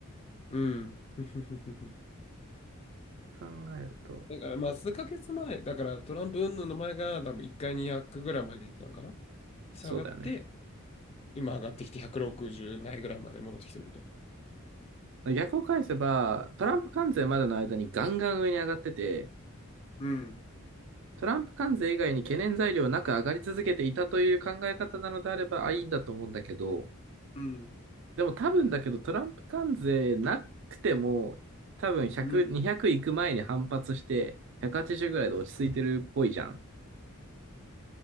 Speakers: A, on the left; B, on the right.
A: うん。<laughs>
B: て考えると、
A: だから、まあ、数ヶ月前、だからトランプ云々の前が多分1回200ぐらいまでいったのかな。下がって、
B: そうだよね。
A: 今上がってきて160ないぐらいまで戻ってきてると。
B: 逆を返せば、トランプ関税までの間にガンガン上に上がってて、
A: うん、
B: トランプ関税以外に懸念材料なく上がり続けていたという考え方なのであれば、あ、いいんだと思うんだけど、
A: うん、
B: でも多分だけど、トランプ関税なくても、多分100、
A: うん。
B: 200いく前に反発して、180ぐらいで落ち着いてるっぽいじゃん。